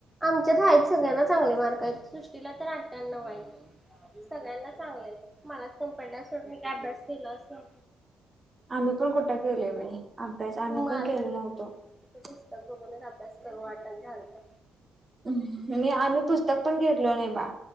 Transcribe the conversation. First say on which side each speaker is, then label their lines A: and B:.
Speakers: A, in the centre; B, on the right.
A: आमच्याता आहेतच सगळ्यांना चांगले मार्क आहेत सृष्टीला तर आठयान ऊ आहेत. सगळ्यांना चांगलंयत मलाच कमी पडल्यात सोड.
B: आम्ही पण कुठ केलो बाई अभ्यास आम्ही
A: मला
B: पण केलो
A: तर
B: नव्हतो ़
A: पुस्तक बघूनच अभ्यास करू वाटना झालत.
B: हुम आम्ही पुस्तक पण घेतलो नाही बा